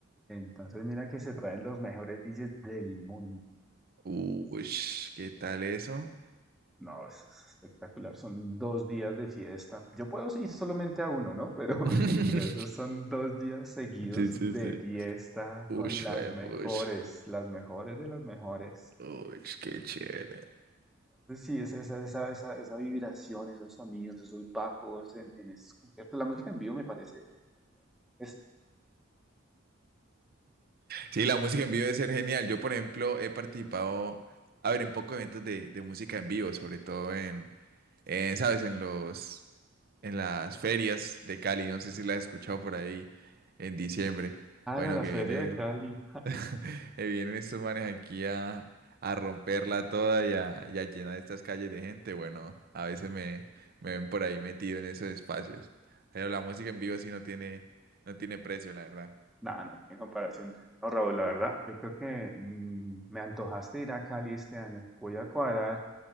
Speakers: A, in the centre; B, on the right.
A: Entonces mira que se traen los mejores DJs del mundo.
B: Uy, ¿qué tal eso?
A: No, eso es espectacular. Son dos días de fiesta. Yo puedo ir solamente a uno, ¿no? <laughs> Pero,
B: <laughs>
A: pero esos son dos días seguidos
B: Sí, sí,
A: de
B: sí.
A: fiesta
B: Uy,
A: con las mejores,
B: pues,
A: las mejores de las mejores.
B: uy, qué chévere.
A: Entonces, sí, es esa, esa, esa, esa vibración, esos sonidos, esos bajos en, en esos conciertos. La música en vivo me parece espectacular. Espectacular.
B: Sí, la música en vivo debe ser genial. Yo, por ejemplo, he participado, a ver, en pocos eventos de, de música en vivo, sobre todo en, en, ¿sabes? En los, en las ferias de Cali. No sé si la has escuchado por ahí en diciembre.
A: Ah,
B: Bueno,
A: la la
B: que
A: feria
B: vienen,
A: de Cali.
B: <laughs> que vienen estos manes aquí a, a romperla toda y a, y a llenar estas calles de gente. Bueno, a veces me, me ven por ahí metido en esos espacios. Pero la música en vivo sí no tiene, no tiene precio, la verdad.
A: No, no tiene comparación. No, Raúl, la verdad, yo creo que mm, me antojaste ir a Cali este año. Voy a cuadrar.